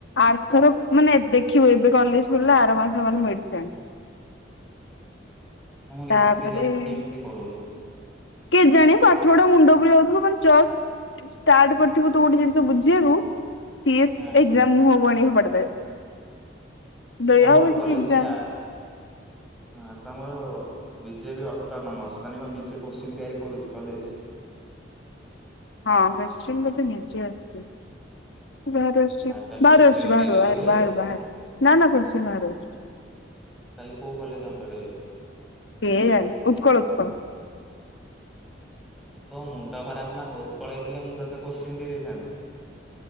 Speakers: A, on the left (about 75°); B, in the centre.
A: ଆର୍ଥର ମାନେ ଦେଖିବୁ ଏବେ କଲେଜ ପଡିଲେ ଆର ମାସ ହେ ମେଡିସନ୍
B: ତମର
A: ତାପରେ
B: ଏତେ ଜଲ୍ଦି କେମିତି କରାଉଛନ୍ତିନ
A: କେଜାଣି ପାଠ ଗୁଡା ମୁଣ୍ଡ ପ ଯାଉଥିବ ମାନେ ଚ ଷ୍ଟାର୍ଟ କରିଥିବୁ ତୁ ଗୋଟେ ଜିନିଷ ବୁଝିବାକୁ ସିଏ
B: ହୁଁ
A: ଏଜାମ ମୁ ହବଣ ପଡଥା ଦୟା
B: ତମର
A: ହଉଛି
B: କଲେଜ
A: କି ଏଜାମ
B: ଟା ହଁ ତମର ବିଜେ ବି ଅଟର ନମର୍ସ ମାନେ କ ନିଜେ କୋଶ୍ଚିନ୍ ତିଆରି କରୁଛି କଲେଜ
A: ହଁ ବେଷ୍ଟ୍ର ମ ନିଜ ଆଛି ବାହାରାରୁ ଅଛି
B: ଆଉ ତାହେଲେ କୋଶ୍ଚିନ୍
A: ବାହାର
B: ଦେଇ ଦଉଥିବେ
A: ବାହହାର ବାହାର
B: ଆଉ
A: ବାହାର ନାାନ କୋଶନ ବାହାର ଅଛି
B: ତାହେଲେ କୋଉ କଲେଜ ଅଣ୍ଡରେ ଯାଉଛି
A: ହଆାରି ଉତ୍କଳ ଉକଳ
B: ତୋ ମୁଣ୍ଡ ଖରାପ ନା ଉତ୍କଳ ହେଇଥିଲେ ମୁଁ ତତେ କୋଶ୍ଚିନ୍ ଦେଇଥାନ୍ତନ୍ତି